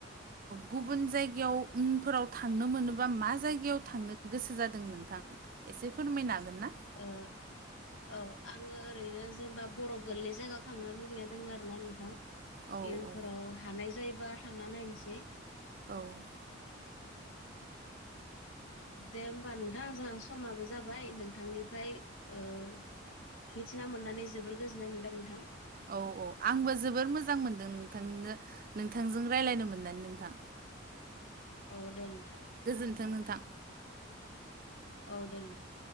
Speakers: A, on the right; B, on the left.
A: गुबुन जायगायाव उमफोराव थांनो मोनोबा मा जायगायाव थांनो गोसो जादों नोंथां एसे फोरमायनो हागोन ना?
B: औ ओ औ आङो ओरैनो जेनेबा बरफ गोलै जायगायाव थांनो लुगैना दङ आरोना नोंथां।
A: औ
B: इयुनफोराव
A: औ
B: हानाय जायोबा थांना नायनोसै
A: औ
B: दे होमबा नोंथां जोंहा समाबो जाबाय नोंथांनिफ्राय ओ मिथिना मोननानै जोबोर गोजोननाय मोनबाय नोंथां।
A: औ औ आंबो जोबोर मोजां मोनदों नोंथांनो नोंथांजों रायज्लायनो मोननानै नोंथां।
B: औ दे नोंथां।
A: गोजोन्थों नोंथां।
B: औ दे नोंथां।